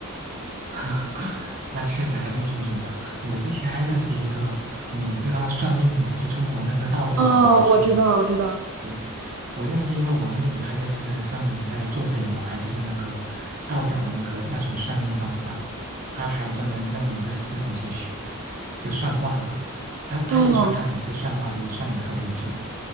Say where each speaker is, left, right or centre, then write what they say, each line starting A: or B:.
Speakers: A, on the right (about 35°); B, on the right (about 75°).
A: <laughs> 那确实还真挺准的。我之前还认识一个，你知道算命吗？就中国那个道教的那个算命。
B: 哦，我知道，我知道。
A: 对。我认识一个网友，他就是专门在做这一块，就是那个道教的那个那种算命方法，他还专门认了一个师傅去学，就算卦嘛。他他也说他每次算卦都算的特别准，
B: 嗯，